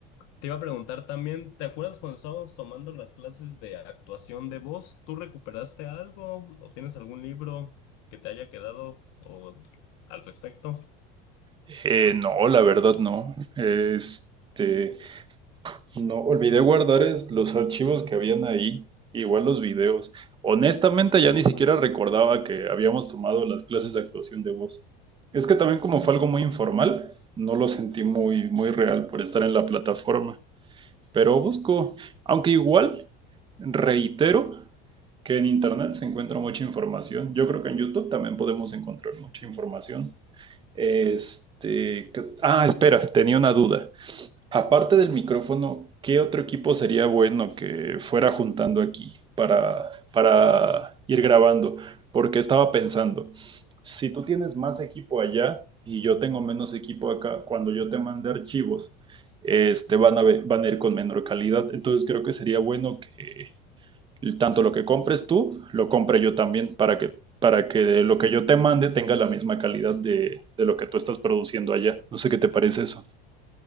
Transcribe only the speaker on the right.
Eh, no, la verdad no. Este, No olvidé guardar es- los archivos que habían ahí, igual los videos. Honestamente, ya ni siquiera recordaba que habíamos tomado las clases de actuación de voz. Es que también como fue algo muy informal, no lo sentí muy, muy real por estar en la plataforma. Pero busco, aunque igual reitero que en internet se encuentra mucha información. Yo creo que en YouTube también podemos encontrar mucha información. Este, ¿qué- ah, espera, tenía una duda. Aparte del micrófono, ¿qué otro equipo sería bueno que fuera juntando aquí para, para ir grabando? Porque estaba pensando, si tú tienes más equipo allá y yo tengo menos equipo acá, cuando yo te mande archivos, este, van a ve- van a ir con menor calidad. Entonces creo que sería bueno que tanto lo que compres tú, lo compre yo también para que, para que lo que yo te mande tenga la misma calidad de, de lo que tú estás produciendo allá. No sé qué te parece eso.